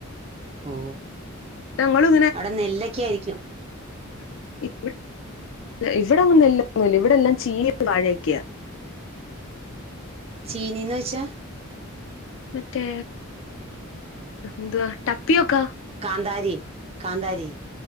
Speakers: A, on the right; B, on the left.
A: ഓ
B: ഞങ്ങളും
A: അവ്ടെ നെല്ലൊക്കെ ആയിരിക്കും
B: <unintelligible> ഇവിടങ്ങനെ നെല്ലൊന്നുല്ല ഇവിടെ എല്ലാം ചീനിം വാഴെക്കെയാ
A: ചീനീന്ന് വെച്ചാ
B: മറ്റേ ന്ത ടപ്പിയോക്ക
A: കാന്താരി കാന്താരി